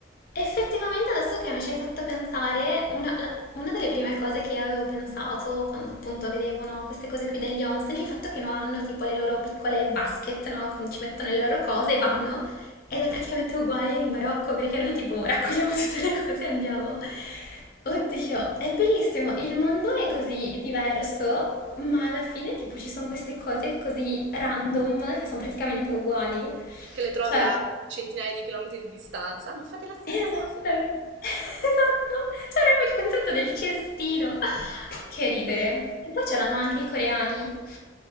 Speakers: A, on the left; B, on the right.
A: Effettivamente adesso che mi ci hai fatto pensare, una, la- una delle prime cose che io avevo pensato quando appunto vedevo no, queste cose qui degli onsen, il fatto che no, hanno tipo le loro piccole basket, no, con- ci mettono le loro cose e vanno,
B: Mhm.
A: ed è praticamente uguale in Marocco perché noi tipo raccogliamo <laughs> tutte le cose e andiamo. Oddio, è bellissimo, il mondo è
B: Mm.
A: così diverso, ma alla fine tipo ci sono queste cose così random che sono praticamente uguali.
B: Che le trovi
A: Cioè...
B: a centinaia di chilometri di distanza, ma fate la stessa
A: Esattamente,
B: cosa qui.
A: <laughs> esatto,
B: Vabbè.
A: c'è proprio il concetto del cestino. <laughs> Che ridere.
B: <laughs>
A: E poi ce l'hanno anche i coreani.